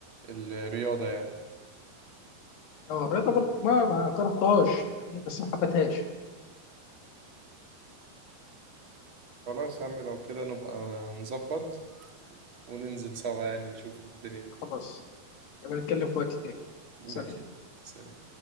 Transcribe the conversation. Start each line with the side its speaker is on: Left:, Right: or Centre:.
Right: الرياضه يعني
Left: اه الرياضه برضه ما ما كرهتهاش فاهمني؟ بس ما حبتهاش
Right: خلاص يا عم لو كده نبقى نظبط وننزل سوا يعني نشوف الدنيا دي
Left: خلاص يبقى نتكلم في وقت تاني
Right: ماشي
Left: سلام.
Right: سلام